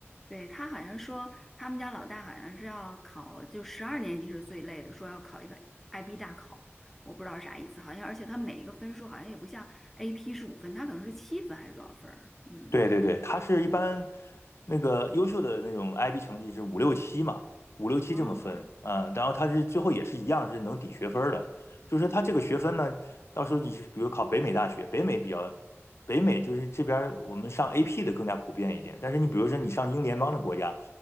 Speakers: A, in the centre; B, on the left.
A: 对，他好像说，他们家老大好像是要考，就十二年级是最累的，说要考一个 IB 大考，我不知道啥意思，好像而且他每一个分数好像也不像 AP 是五分，他可能是七分还是多少分儿嗯
B: 对对对，它是一般那个优秀的那种 IB 成绩是五六七嘛，五六七这么分啊，
A: 哦，
B: 然后它是最后也是一样是能抵学分的，就是它这个学分呢，到时候你比如考北美大学，北美比较。北美就是这边我们上 AP 的更加普遍一点，但是你比如说你上英联邦的国家，